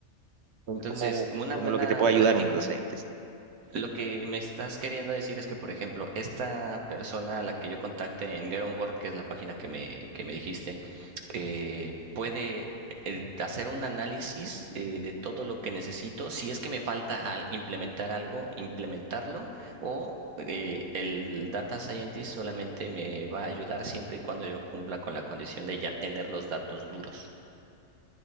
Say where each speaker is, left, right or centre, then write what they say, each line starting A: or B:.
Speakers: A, on the right; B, on the right.
A: Entonces,
B: Es como,
A: una
B: como
A: buena
B: lo que te puede
A: práctica,
B: ayudar un data scientist.
A: lo que me estás queriendo decir es que, por ejemplo, esta persona a la que yo contacte en Get On Board, que es la página que me, que me dijiste, eh, puede eh, hacer un análisis eh, de todo lo que necesito, si es que me falta al implementar algo, implementarlo, o eh, el data scientist solamente me va a ayudar siempre y cuando yo cumpla con la condición de ya tener los datos duros.